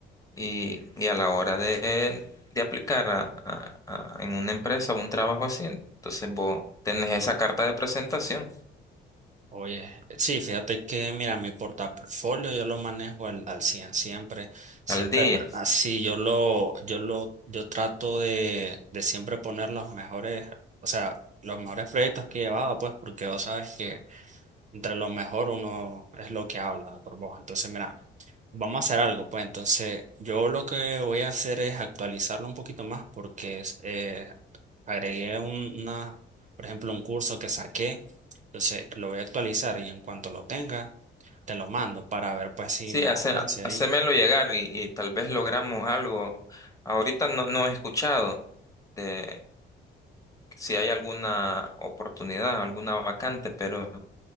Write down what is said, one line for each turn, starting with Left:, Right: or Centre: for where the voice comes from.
Left: y, y a la hora de, de aplicar a- a- a- en una empresa o un trabajo así, entonces vos tenés esa carta de presentación
Right: Oye, sí, fíjate que, mira, mi portafolio yo lo manejo al, al 100 siempre, siempre
Left: al día.
Right: tra- así, yo lo, yo lo, yo trato de, de siempre poner los mejores, o sea, los mejores proyectos que he llevado, pues, porque vos sabes que entre lo mejor uno es lo que habla por voz. Entonces, mira, vamos a hacer algo, pues entonces yo lo que voy a hacer es actualizarlo un poquito más porque es, eh, agregué un- una, por ejemplo, un curso que saqué, entonces lo voy a actualizar y en cuanto lo tenga, te lo mando para ver pues si
Left: Sí,
Right: me
Left: hace,
Right: das chance
Left: hacémelo
Right: ahí.
Left: llegar y, y tal vez logramos algo. Ahorita no, no he escuchado de si hay alguna oportunidad, alguna vacante, pero,